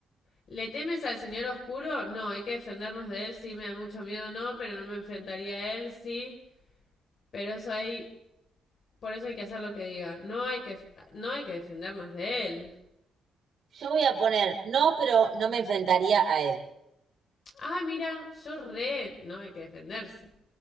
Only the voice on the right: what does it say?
Yo voy a poner no, pero no me enfrentaría a él.